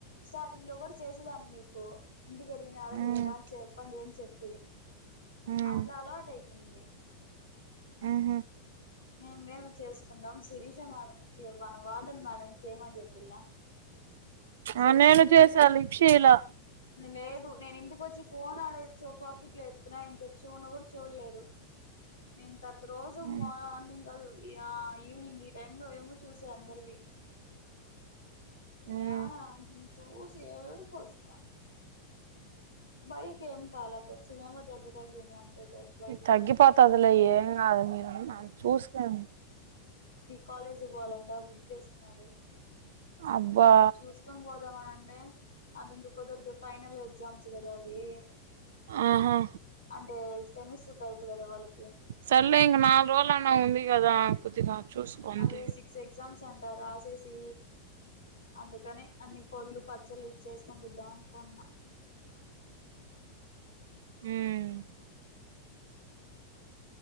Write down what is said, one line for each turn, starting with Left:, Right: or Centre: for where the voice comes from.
Left: స్టార్టింగ్ లో కూడా చేసేదాన్ని మీకు ఇంటికి ఎళ్ళినారా లేదా
Right: మ్
Left: చెప్పండి అని చెప్పి
Right: మ్
Left: అట్లా అలవాట అయిపోయింది
Right: ఆహా
Left: మేమేమి చేసు <unintelligible> శిరీష మేడం మన వాార్డన్ మేడం చేయమని చెప్పిలా చేయమని
Right: ఆ నేను
Left: చెప్పింది
Right: చేసా లిఫ్ట్ చేయలా
Left: లేదు నేను ఇంటిక వచ్చి ఫోన్ ఆడే చోపకిట్లేదు నా ఇంకా చూ కూడా చూడలేదు నేను తర్ రోజు
Right: మ్
Left: మార్నింగ్ ఇ ఈవినింగ్ ఈ టైమ్ లో ఏమో చూసా అందరివి
Right: మ్
Left: ఏడ చూసి ఏడుపు అసలా బైక్ ఏం కల కొంచెం ఏమో దెబ్బ <unintelligible> బైక్
Right: తగ్గిపోతదులే
Left: కి
Right: ఏం కాదు మీరు చూసను
Left: కాలేజీ పోవాలంటా బుక్ చేసుకున్నాడు
Right: అబ్బా
Left: చూసుకొని పొదమ్మనంటై అది ఇంక కుదరదు ఫైనల్ ఎగ్జామ్స్ కదా అవి
Right: ఆహా
Left: అంటే సెమిస్టర్ టైప్ కదా వాళ్ళకి
Right: సర్లే ఇంగ నాలుగు రోజలన్న ఉంది కదా కొద్దిగా చూస్కో అంతే
Left: అదే సిక్స్ ఎగ్జామ్స్ అంటారు రాసేసి అందుకని అన్ని పళ్ళు పచ్చలు చేసి పంపిద్దాం అనుకున్నాం
Right: మ్మ్